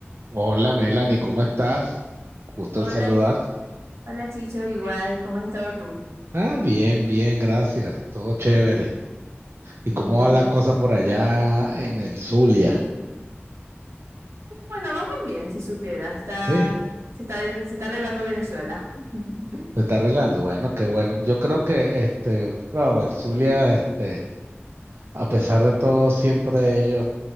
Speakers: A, on the right; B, on the right.
A: Hola Melanie, ¿cómo estás? Gusto
B: Hola,
A: en saludarte.
B: hola Chicho, igual, ¿cómo has estado tú?
A: Ah, bien, bien, gracias. Todo chévere. ¿Y
B: Bien.
A: cómo va la cosa por allá en el Zulia?
B: Bueno, vamos bien, si supiera, está,
A: Sí.
B: se está, se está arreglando Venezuela. <laughs>
A: ¿Se está arreglando? Bueno, qué bueno. Yo creo que este, wow, el Zulia, este, a pesar de todo, siempre ellos,